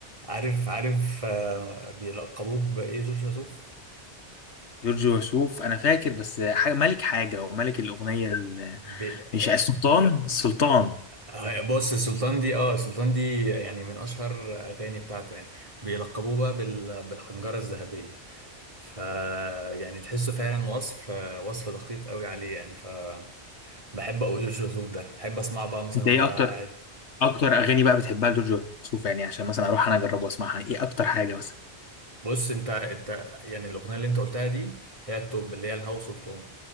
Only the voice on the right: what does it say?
عارف عارف آه بيلقبوه بايه جورج وسوف
ب...
آه
آه، بص السلطان دي اه السلطان دي يعني من اشهر اغاني بتاعته يعني بيلقبوه بقى بال... بالحنجرة الذهبية ف يعني تحسه فعلا وصف وصف دقيق قوي عليه يعني ف بحب قوي جورج وسوف ده بحب اسمعه بقى مثلا
وانا
قاعد
بص انت انت يعني الاغنيه اللي انت قلتها دي هي التوب اللي هي الهوا سلطان